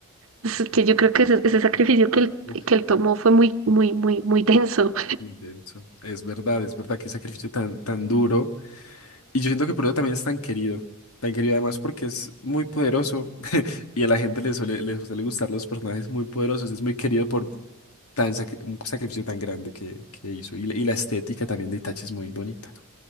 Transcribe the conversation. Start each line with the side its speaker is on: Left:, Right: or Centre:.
Right: Es que yo creo que ese, ese sacrificio que él,
Left: uf,
Right: que él tomó fue muy, muy, muy, muy denso.
Left: muy denso. Es verdad, es verdad, que sacrificio tan, tan duro. Y yo siento que por eso también es tan querido. Tan querido además porque es muy poderoso y a la gente le suele, le suele gustar los personajes muy poderosos. Es muy querido por tan sacri- un sacrificio tan grande que, que hizo. Y, la y la estética también de Itachi es muy bonita, ¿no?